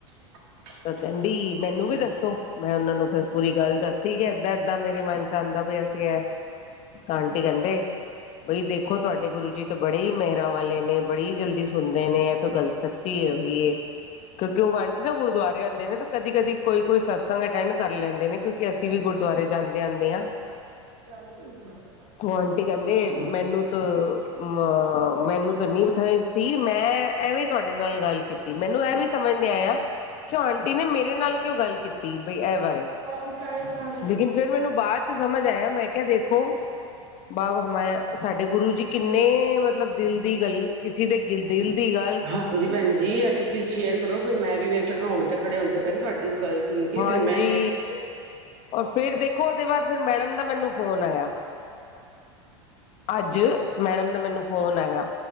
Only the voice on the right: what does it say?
<inaudible>
ਅੱਛਾ
<unintelligible>
ਅੱਛਾ
ਮੰਮੀ ਚਾਏ ਬਨਾ ਦੇ।
ਹਾਂਜੀ ਭੈਨਜੀ ਏ ਤੁਸੀਂ ਸ਼ੇਅਰ ਕਰੋ ਫਿਰ ਮੈਂ ਵੀ ਮੇਰੇ ਤੇ ਰੌਂਗਟੇ ਖੜੇ ਹੁੰਦੇ ਪਏ ਨੇ ਤੁਆਡੀ ਓ ਗੱਲ ਸੁਨ ਕੇ
ਫੇਰ ਮੈਂ ਫੇਰ